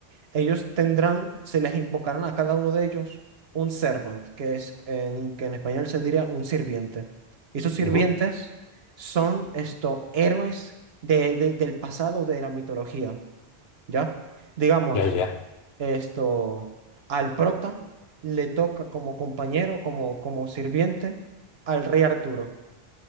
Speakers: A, on the right; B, on the left.
A: ellos tendrán, se les invocarán a cada uno de ellos un servant, que es en, que en español se diría un sirviente. Y esos sirvientes
B: ujú.
A: son estos héroes de- de- del pasado de la mitología, ¿ya? Digamos.
B: Ya, ya.
A: Esto, al prota le toca como compañero, como, como sirviente, al rey Arturo.